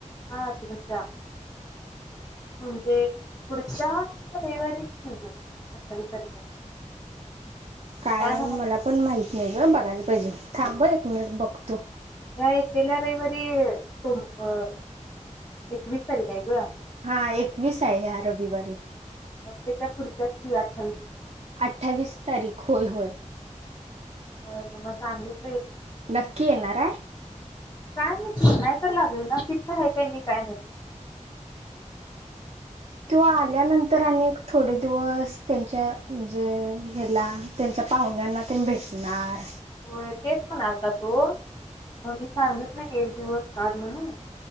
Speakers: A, on the left (about 30°); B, on the right (about 60°).
A: हा तुमच्या म्हणजे पुढच्या रविवारी <inaudible> असल सत्तावीस तारीख <unintelligible>
B: काय
A: त्या नव
B: मला पण माहित नाही ग बघायला पाहिजे थांब हा एक मिनिट बघतो
A: नाही गेल्या रविवारी सोम-अं एकवीस तारीख आहे ग
B: हा एकवीस आहे ह्या रविवारी
A: मग तेच्या पुढच्या <unintelligible>
B: अठ्ठावीस तारीख होय होय
A: हो म मग सांगित
B: नक्की येणार आहे
A: काय नक्की नाही तर लागल ना फिक्स आहे काय मी काय नाही
B: त्यो आल्यानंतर आणि एक थोडे दिवस त्यांच्या म्हणजे हेला त्यांच्या पाहुण्यांना तेन भेटणार
A: व्हय तेच म्हणालतात हो मग मी सांगितलय की एक दिवस आड म्हणून